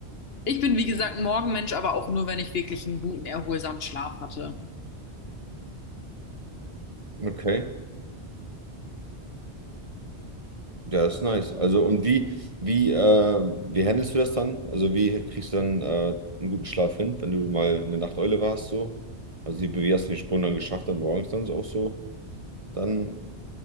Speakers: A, on the left (about 60°); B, on the right (about 30°).
A: ich bin wie gesagt ein Morgenmensch, aber auch nur, wenn ich wirklich einen guten, erholsamen Schlaf hatte.
B: Okay. Ja, das ist nice. Also, und wie, wie, äh, wie handelst du das dann? Also, wie kriegst du dann äh, einen guten Schlaf hin, wenn du mal eine Nachteule warst, so? Also, wie, wie hast du den Sprung dann geschafft, dann morgens dann so auch so, dann